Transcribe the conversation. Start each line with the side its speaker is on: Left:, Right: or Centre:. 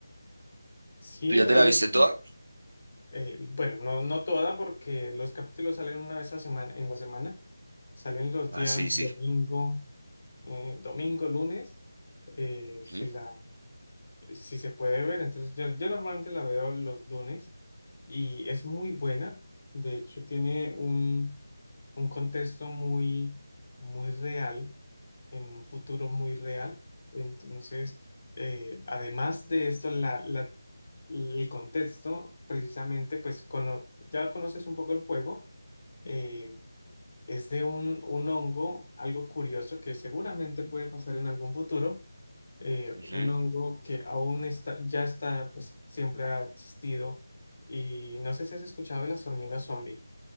Left: Sí,
Right: ¿Tú ya
Left: realmente,
Right: te la viste toda?
Left: eh, bueno, no, no toda porque los capítulos salen una vez a semana, en la semana, salen los
Right: Ah,
Left: días
Right: sí, sí.
Left: domingo, eh, domingo, lunes, eh,
Right: Ujú,
Left: si la si se puede ver. Entonces, yo, yo normalmente la veo los lunes y es muy buena. De hecho, tiene un, un contexto muy, muy real, en un futuro muy real. Entonces, eh, además de esto, la, la- el contexto, precisamente, pues cono- ya conoces un poco el juego. eh, es de un, un hongo, algo curioso que seguramente puede pasar en algún futuro eh,
Right: ujú.
Left: un hongo que aún está, ya está, pues siempre ha existido. Y no sé si has escuchado de las hormigas zombie.